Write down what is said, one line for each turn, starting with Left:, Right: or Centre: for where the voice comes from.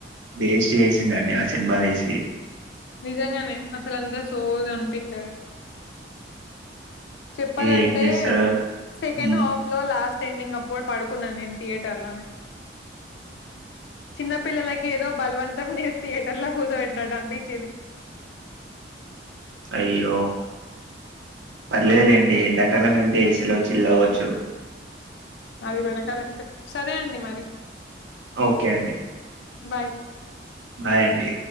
Right: దేశ చే చి ఆ సినిమా వసి
Left: నిజంగానే అసలు అంతా సోది అనిపిత్తారు. చెప్పాలంటే
Right: ఏం చేస్తాడో
Left: సెకండ్
Right: హ్మ్.
Left: హాఫ్ లో లాస్ట్ ట్రెండింగ్ అప్పుడు పడుకున్నాను నేను థియేటర్ లోనే చిన్న పిల్లలకి ఏదో బలవంతం చేస్ థయటర్ లో కూసో బట్టిడు అపి
Right: అయ్యో పల్లె లే లెండి ఏడి ఎండాకాలం వెళ్తే లో చిలవచ్చు
Left: అది కూడా కరెక్టే సరే అండి మరి
Right: ఓకే అండి
Left: బాయ్
Right: బాయ్ అండి